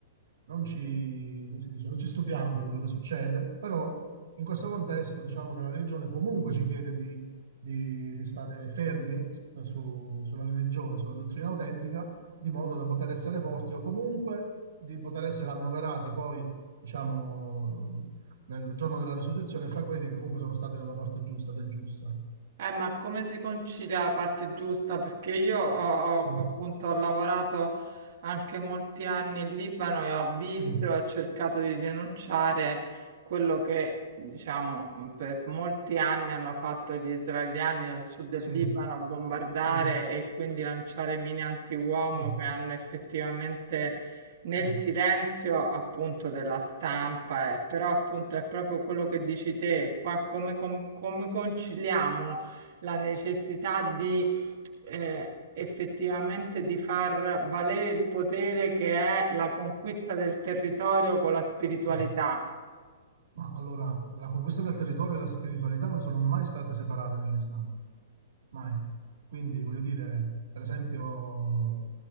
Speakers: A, on the right (about 75°); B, on the right (about 55°).
A: non ci, come si dice, non ci stupiamo di quello che succede, però in questo contesto diciamo che la religione comunque ci chiede di, di- di stare fermi su- sulla religione, sulla dottrina autentica, di modo da poter essere forti o comunque di poter essere annoverati poi, diciamo, nel giorno della risurrezione fra quelli che comunque sono stati dalla parte giusta, del giusto.
B: Eh, ma come si concilia la parte giusta? Perché io ho,
A: Sì,
B: ho- appunto ho lavorato anche molti anni in Libano e ho visto
A: sì,
B: e ho cercato di denunciare quello che, diciamo, mh, per molti anni hanno fatto gli israeliani nel sud del
A: sì,
B: Libano, bombardare
A: sì,
B: e quindi lanciare mine antiuomo
A: sì,
B: che hanno effettivamente nel
A: sì,
B: silenzio appunto della stampa, eh. Però appunto è proprio quello che dici te, qua come con- come conciliamo? la necessità di eh, effettivamente di far valere il potere che è la conquista del territorio con la spiritualità.
A: sì. Ma allora, la conquista del territorio e la spiritualità non sono mai state separate nell'Islam, mai. Quindi, voglio dire, per esempio,